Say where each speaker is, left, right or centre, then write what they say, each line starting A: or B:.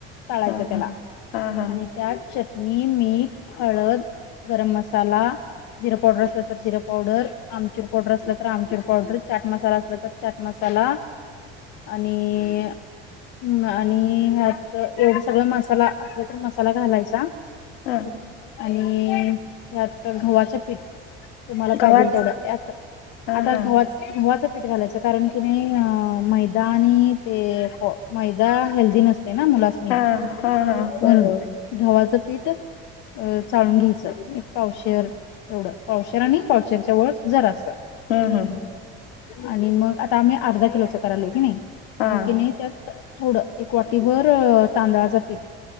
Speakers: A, on the left; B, on the left.
A: चाळायचं
B: हा
A: त्याला
B: हा हा हा
A: आणि त्यात चट णी मीठ हळद गरम मसाला जिर पावडर असलं तर जिर पावडर आमचूर पावडर असलं तर आमचूर पावडर चाट मसाला असला तर चाट मसाला साला आणि हम् आणि ह्यात एवढं सगळं मसाला असल तर मसाला घालायचा
B: हम्
A: आणि त्यात गव्हाचं पीठ तुम्हाला पाहिजे
B: गव्हाच
A: तेवढं आत-आता
B: हा हा
A: गवा- गव्हाचं पीठ घालायचं कारण की नाही अं.. मैदा आणि ते मैदा हेल्दी नसते ना मुलासनी
B: हा
A: म्हणून
B: हा हा होय होय
A: गव्हाचं पीठ अ चाळून घ्यायचं एक पावशर एवढं पावशर आणि पावशरच्या वर जरा असं
B: हम्म हम्
A: आणि मग आता आम्ही अर्धा किलोच करालोय की नाही
B: हा
A: मग कि नाही त्यात थोडं एक वाटीबर अं.. तांदळाच पीठ